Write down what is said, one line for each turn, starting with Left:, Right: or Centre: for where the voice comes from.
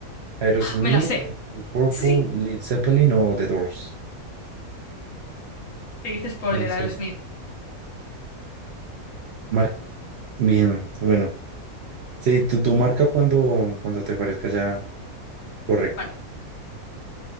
Right: Aerosmith,
Left: Me la sé.
Right: The Purple,
Left: Sí.
Right: Led Zeppelin o The Doors.
Left: Te dice spoiler,
Right: Entonces,
Left: Aerosmith.
Right: marca. Bien, bueno. Sí, tú, tú marca cuando, cuando te parezca ya Correcto.
Left: Vale.